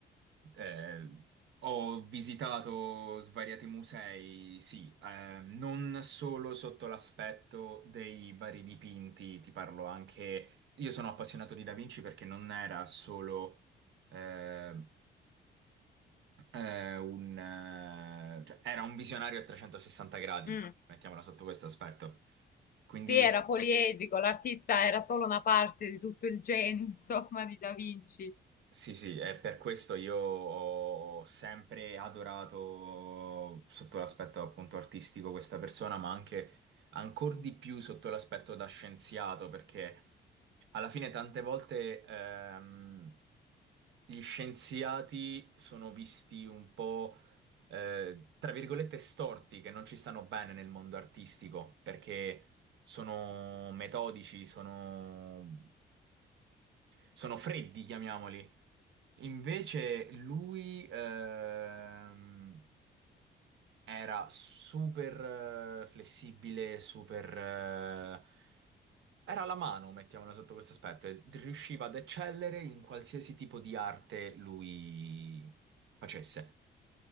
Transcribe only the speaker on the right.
eh, ho visitato svariati musei, sì, eh, non solo sotto l'aspetto dei vari dipinti, ti parlo anche... Io sono appassionato di Da Vinci perché non era solo eh, eh, un, eh, cioè, era un visionario a 360 gradi,
mettiamola sotto questo aspetto. Quindi
Sì, sì, e per questo io ho sempre adorato sotto l'aspetto appunto artistico questa persona, ma anche ancora di più sotto l'aspetto da scienziato, perché alla fine tante volte ehm, gli scienziati sono visti un po' eh, tra virgolette storti, che non ci stanno bene nel mondo artistico, perché sono metodici, sono, sono freddi, chiamiamoli Invece lui ehm, era super eh, flessibile, super... eh, era la mano, mettiamola sotto questo aspetto, e riusciva ad eccellere in qualsiasi tipo di arte lui facesse.